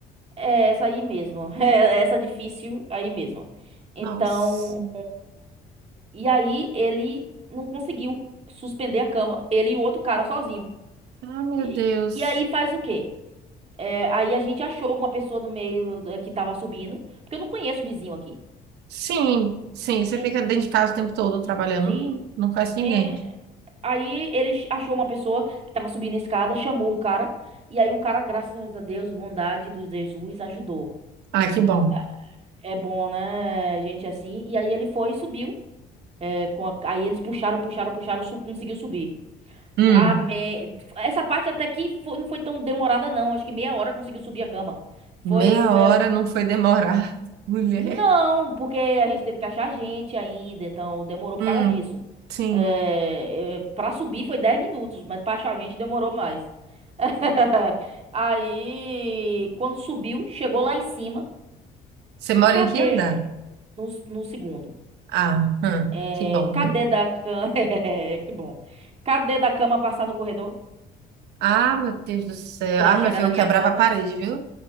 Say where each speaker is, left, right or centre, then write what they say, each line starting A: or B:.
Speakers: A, on the right; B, on the right.
A: É essa aí mesmo. <laughs> É essa difícil aí mesmo. Então.
B: Nossa,
A: E aí ele não conseguiu suspender a cama, ele e o outro cara sozinho.
B: ah, meu
A: E,
B: Deus.
A: e aí faz o quê? É, aí a gente achou uma pessoa no meio eh, que tava subindo, porque eu não conheço o vizinho aqui.
B: Sim, sim, você
A: E-
B: fica dentro de casa o tempo todo trabalhando,
A: sim.
B: não, não conhece ninguém.
A: É, aí ele ch- achou uma pessoa que tava subindo a escada, chamou um cara, e aí o cara, graças a Deus, bondade do Jesus, ajudou.
B: Ah, que bom.
A: E é bom, né, gente, assim. E aí ele foi e subiu. eh, com a- aí eles puxaram, puxaram, puxaram, su- conseguiu subir.
B: Hum,
A: Ah, me... Essa parte até que foi- não foi tão demorada, não. Acho que meia hora conseguiu subir a cama.
B: meia
A: Foi, foi
B: hora
A: a-
B: não foi demorar, <laughs> mulher.
A: Não, porque a gente teve que achar gente ainda, então demorou por
B: Hum,
A: causa disso.
B: sim.
A: É... é, Pra subir foi 10 minutos, mas pra achar gente demorou mais. <laughs> Aí, quando subiu, chegou lá em cima.
B: Você mora
A: Cadê?
B: em que andar?
A: No, no segundo.
B: Ah, hum,
A: É...
B: que bom,
A: Cadê
B: viu?
A: da cama? <laughs> Que bom. Cadê da cama passar no corredor
B: Ah, meu Deus do céu.
A: pra
B: Ah,
A: chegar
B: meu filho,
A: na
B: eu
A: minha
B: quebrava
A: porta?
B: a parede, viu?